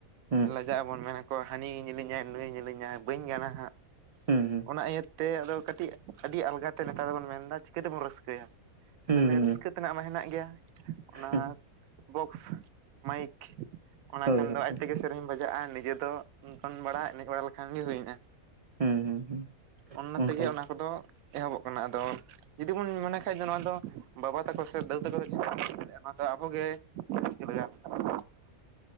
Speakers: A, on the right (about 45°); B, on the right (about 75°).
A: ᱦᱩᱸ
B: ᱡᱟᱜ ᱟᱵᱚᱱ ᱢᱮᱱᱟᱠᱚ ᱦᱟᱹᱱᱤ ᱧᱮᱞᱤᱧᱟᱭ ᱱᱩᱭᱮ ᱧᱮᱞᱧᱟᱭ ᱵᱟᱹᱧ ᱜᱟᱱᱟ ᱦᱟᱸᱜ
A: ᱦᱩᱸ ᱦᱩᱸ
B: ᱚᱱᱟ ᱤᱭᱟᱹᱛᱮ ᱟᱫᱚ ᱠᱟᱹᱴᱤᱡ ᱟᱹᱰᱤ ᱟᱞᱜᱟᱛᱮ ᱱᱮᱛᱟᱨ ᱫᱚᱵᱚᱱ ᱢᱮᱱᱫᱟ ᱪᱤᱠᱟᱹ ᱛᱮᱵᱚᱱ ᱨᱟᱹᱥᱠᱟᱹᱭᱟ
A: ᱦᱩᱸ
B: ᱛᱟᱦᱚᱞᱮ ᱨᱟᱹᱥᱠᱟᱹ ᱛᱮᱱᱟᱜ ᱢᱟ ᱦᱮᱱᱟᱜ ᱜᱮᱭᱟ ᱚᱱᱟ
A: ᱦᱩᱸ
B: ᱵᱚᱠᱥ ᱢᱟᱭᱤᱠ ᱚᱱᱟ
A: ᱦᱳᱭ
B: ᱠᱷᱟᱱ
A: ᱦᱳᱭ
B: ᱫᱚ ᱟᱡ ᱛᱮᱜᱮ ᱥᱮᱨᱮᱧ ᱵᱟᱡᱟᱜᱼᱟ ᱱᱤᱡᱮ ᱫᱚ ᱫᱚᱱ ᱵᱟᱲᱟ ᱮᱱᱮᱡ ᱵᱟᱲᱟ ᱞᱮᱠᱷᱟᱱ ᱜᱮ ᱦᱩᱭᱱᱟ
A: ᱦᱩᱸ ᱦᱩᱸ ᱦᱩᱸ
B: ᱚᱱᱱᱟ
A: ᱚᱱᱠᱟ
B: ᱛᱮᱜᱮ ᱚᱱᱟ
A: ᱜᱮ
B: ᱠᱚᱫᱚ ᱮᱦᱚᱵᱚᱜ ᱠᱟᱱᱟ ᱟᱫᱚ ᱡᱩᱫᱤ ᱵᱚᱱ ᱢᱚᱱᱮ ᱠᱷᱟᱡ ᱫᱚ ᱱᱚᱣᱟ ᱫᱚ ᱵᱟᱵᱟ ᱛᱟᱠᱚ ᱥᱮ ᱫᱟᱫᱩ ᱛᱟᱠᱚ ᱫᱚ ᱱᱚᱭᱟ ᱫᱚ ᱟᱵᱚᱜᱮ <inaudible> ᱞᱟᱜᱟᱣ ᱵᱟᱱᱟᱼᱼ